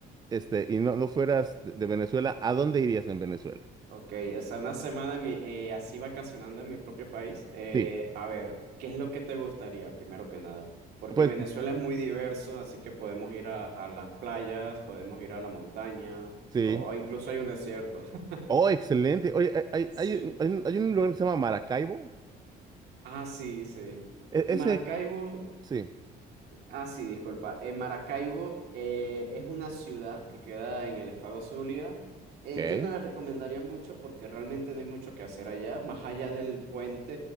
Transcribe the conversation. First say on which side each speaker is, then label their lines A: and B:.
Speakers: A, on the right (about 25°); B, on the right (about 75°).
A: este, y no, no fueras de de Venezuela, ¿a dónde irías en Venezuela?
B: Ok, o sea, una semana en mi- eh, así vacacionando en mi propio país. Eh,
A: Sí,
B: a ver, ¿qué es lo que te gustaría, primero que nada? Porque
A: pues
B: Venezuela es muy diverso, así que podemos ir a, a las playas, podemos ir a la montaña,
A: sí.
B: o, o incluso hay un desierto. <laughs>
A: Oh, excelente. Oye, hay, hay,
B: Sí.
A: hay un, hay un- hay un lugar que se llama Maracaibo.
B: Ah, sí, sí.
A: E-
B: Maracaibo.
A: ese, sí.
B: Ah, sí, disculpa. Eh, Maracaibo eh, es una ciudad que queda en el estado Zulia. Eh,
A: Ok.
B: yo no la recomendaría mucho porque realmente no hay mucho que hacer allá, más allá del puente